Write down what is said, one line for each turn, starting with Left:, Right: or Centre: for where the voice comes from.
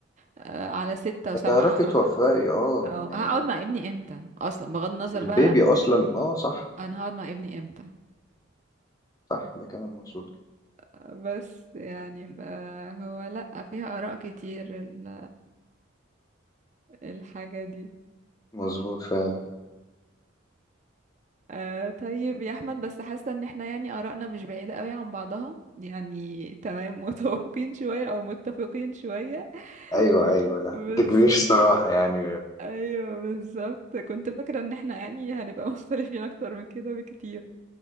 Right: آه، على ستة وسبعة
Left: تعرفي توفقي
Right: على
Left: اه
Right: أو
Left: يعني
Right: هقعد مع ابني امتى اصلا بغض النظر
Left: البيبي
Right: بقى
Left: اصلا اه صح
Right: انا هقعد مع ابني امتى
Left: صح ده كلام مظبوط كده
Right: بس يعني فهو لأ فيها آراء كتير ال- الحاجة دي
Left: مظبوط فعلا
Right: آه طيب يا أحمد بس حاسة إن احنا يعني آراءنا مش بعيدة قوي عن بعضها يعني تمام <laughs> متوافقين شوية أو متفقين شوية
Left: ايوه
Right: <laughs>
Left: ايوه لا
Right: بس
Left: انت كبير الصراحه يعني
Right: أيوه بالظبط كنت فاكرة إن احنا يعني هنبقى <laughs> مختلفين أكتر من كده بكتير